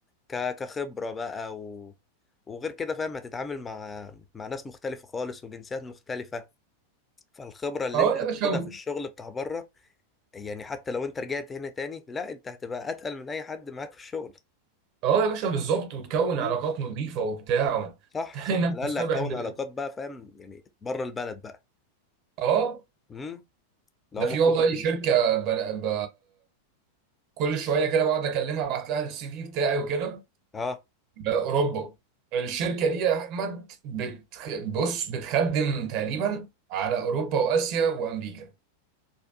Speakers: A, on the left; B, on the right.
A: ك... كخبره بقى و... وغير كده فاهم هتتعامل مع مع ناس مختلفه خالص وجنسيات مختلفه فالخبره اللي
B: اه
A: انت
B: يا
A: هتاخدها
B: باشا و-
A: في الشغل بتاع بره يعني حتى لو انت رجعت هنا تاني لا انت هتبقى اتقل من اي حد معاك في الشغل
B: اه يا باشا بالظبط وتكون
A: امم
B: علاقات نظيفه وبتاع و-
A: صح
B: <laughs> هنا
A: صح
B: بتصطبح
A: على الاقل هتكون
B: بال
A: علاقات بقى فاهم يعني بره البلد بقى
B: اه
A: امم لو
B: ده
A: ممكن
B: في والله شركه بن... ب... كل شويه كده بقعد اكلمها ابعت لها السي في بتاعي وكده
A: اه
B: باوروبا الشركه دي يا احمد بت... بص بتخدم تقريبا على اوروبا واسيا وامريكا